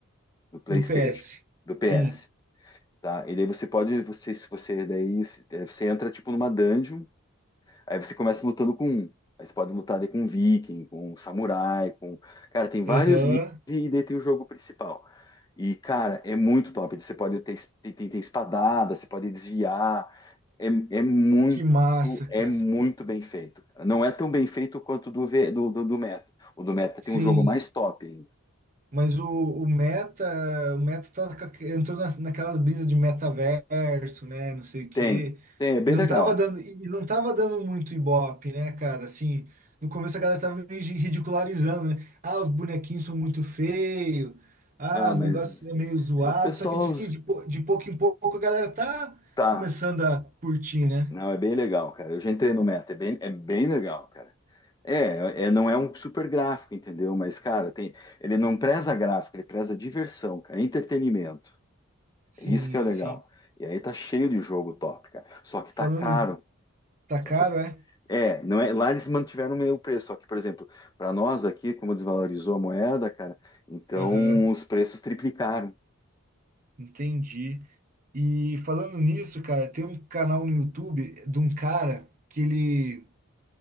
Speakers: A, on the left (about 20°); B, on the right (about 40°).
A: do PlayStation,
B: Do PS.
A: do PS.
B: Sim.
A: Tá, e daí você pode, você, se você, daí se- eh, você entra tipo numa dungeon, aí você começa lutando com um. Aí você pode lutar daí com um viking, com um samurai, com. Cara, tem vários
B: Aham.
A: níveis e daí tem o jogo principal. E, cara, é muito top. Você pode ter, es- tem, tem, tem espadada, você pode desviar. É, é muito,
B: Que massa,
A: é
B: cara.
A: muito bem feito. cara. Não é tão bem feito quanto do, V- do, do, do Meta. O do Meta
B: Sim.
A: tem um jogo mais top ainda.
B: Mas o, o Meta, o Meta tá, ca- entrou na, naquelas brisas de metaverso, né, não sei o quê.
A: Tem, tem, é bem
B: E não
A: legal.
B: tava dando, e não tava dando muito ibope, né, cara? Assim, no começo a galera tava meio de- ridicularizando, né? Ah, os bonequinhos são muito feios. Ah,
A: Ah,
B: os
A: mas
B: negócios é meio zoado.
A: eh, o pessoal
B: Só que diz que de, pou- de pouco em pouco a galera tá
A: tá.
B: começando a curtir, né?
A: Não, é bem legal, cara. Eu já entrei no Meta, é bem, é bem legal, cara. É, é, não é um super gráfico, entendeu? Mas, cara, tem, ele não preza gráfico, ele preza diversão, cara, entretenimento.
B: Sim,
A: É isso que é legal.
B: sim.
A: E aí tá cheio de jogo top, cara. Só que
B: Falando,
A: tá caro.
B: tá
A: Só
B: caro,
A: que
B: é?
A: é, não é, lá eles mantiveram meio preço, só que, por exemplo, para nós aqui, como desvalorizou a moeda, cara, então
B: Aham.
A: os preços triplicaram.
B: Entendi. E falando nisso, cara, tem um canal no YouTube de um cara que ele,